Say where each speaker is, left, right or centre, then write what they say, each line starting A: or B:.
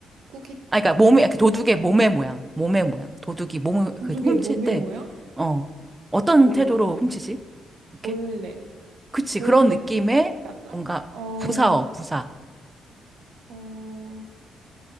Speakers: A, on the right; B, on the right.
A: 꾸깃.
B: 아, 그러니까 몸의, 그 도둑의 몸의 모양. 몸의 모양. 도둑이 몸을,
A: 도둑의
B: 그 훔칠
A: 몸의
B: 때,
A: 모양?
B: 어. 어떤
A: 몰래.
B: 태도로 훔치지? 이렇게?
A: 몰래.
B: 그치.
A: 몰래
B: 그런 느낌의
A: 갔나?
B: 뭔가
A: 어,
B: 부사어, 부사.
A: 어,